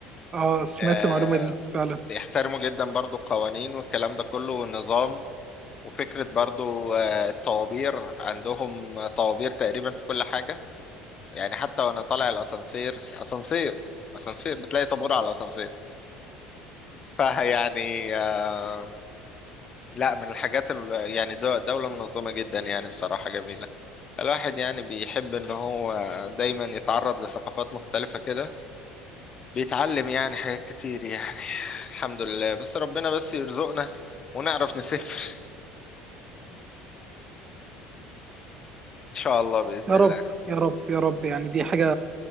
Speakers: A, on the right; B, on the left.
A: اه سمعت
B: آه
A: المعلومه دي فعلا
B: بيحترموا جدا برضو القوانين والكلام ده كله والنظام وفكرة برضو آه، الطوابير عندهم طوابير تقريبا في كل حاجة يعني حتى وانا طالع الاسانسير اسانسير اسانسير بتلاقي طابور على الاسانسير فيعني آه لا من الحاجات ال- يعني دو- دولة منظمة جدا يعني بصراحة جميلة الواحد يعني بيحب ان هو دايما يتعرض لثقافات مختلفة كده بيتعلم يعني حاجات كتير يعني الحمد لله بس ربنا بس يرزقنا ونعرف نسافر <laughs> ان شاء الله باذن
A: يا
B: الله
A: رب يا رب يا رب يعني دي حاجه